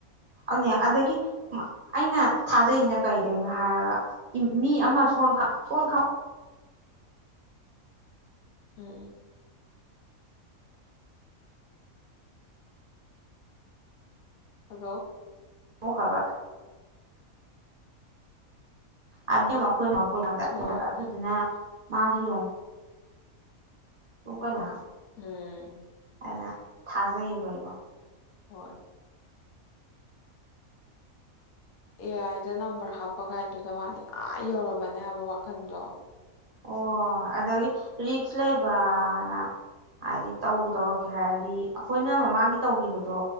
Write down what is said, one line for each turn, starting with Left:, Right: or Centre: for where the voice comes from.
Right: ꯑꯗꯨꯅꯦ ꯑꯗꯒꯤ ꯑꯩꯅ ꯊꯥꯖꯩꯁꯤꯅ ꯀꯔꯤꯗꯧꯅꯣ ꯍꯥꯏꯔꯒ ꯃꯤ ꯑꯃ ꯁ ꯁ
Left: ꯎꯝ ꯎꯝ ꯍꯜꯂꯣ
Right: ꯑꯣꯈꯕ ꯑꯦ ꯃꯈꯣꯏ
Left: ꯍꯣꯏ
Right: ꯑꯗꯨꯗꯤꯅ ꯃꯥꯒꯤꯌꯣ ꯎ ꯀꯅꯥ
Left: ꯎꯝ
Right: ꯑꯩꯅ ꯊꯥꯖꯩꯌꯦꯕ ꯑꯩꯗꯣ
Left: ꯍꯣꯏ ꯑꯦ ꯑꯥꯏꯗ ꯅꯝꯕꯔ ꯍꯥꯞꯄꯒꯗꯨꯗ ꯃꯥꯗꯤ ꯑꯥ ꯌꯧꯔꯝꯃꯅꯦ ꯍꯥꯏꯕ ꯋꯥꯈꯟꯗꯣ
Right: ꯑꯣ ꯑ ꯑꯗꯒꯤ ꯔꯤꯛꯁ ꯂꯩꯕꯅ ꯍꯥꯏꯗꯤ ꯇꯧꯕ ꯇꯧꯔꯛꯀꯦ ꯍꯥꯏꯔꯗꯤ ꯑꯩꯈꯣꯏꯅ ꯃꯃꯥꯡꯒꯤ ꯇꯧꯈꯤꯕꯗꯣ